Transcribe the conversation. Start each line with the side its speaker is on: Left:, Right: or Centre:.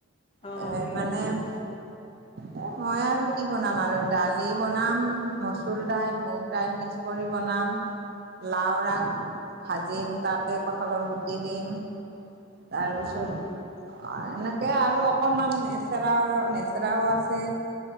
Left: অঁ
Right: এ
Left: কি
Right: মানে
Left: বনাব
Right: এ মই আৰু কি বনাম আৰু দালি বনাম মচুৰ দাইল মুগ দাইল মিক্স কৰি বনাম, লাওৰ আগ ভাজিম তাতে কঁঠালৰ গুটি দিম তাৰপিছত
Left: অঁ
Right: অ এনেকে আৰু অকনমান লেচেৰা লেচেৰাও আছে।